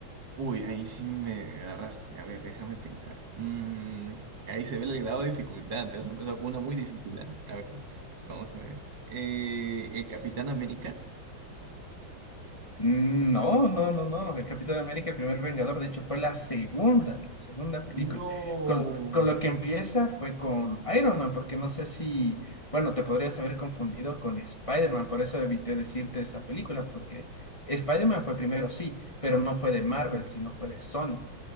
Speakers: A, on the right; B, on the left.
A: uy, ahí sí me agarraste. A ver, déjame pensar. Mm, ahí se ve el grado de dificultad. Te has empezado con una muy difícil. ¿ah? A ver, vamos a ver. Eh, ¿el Capitán América?
B: Mm, No, no, no, no. El Capitán América, el primer Vengador, de hecho, fue la segunda, la segunda película.
A: No,
B: Con, con lo que empieza fue con Iron Man, porque no sé si, bueno, te podrías haber confundido con Spider-Man, por eso evité decirte esa película, porque Spider-Man fue primero, sí, pero no fue de Marvel, sino fue de Sony.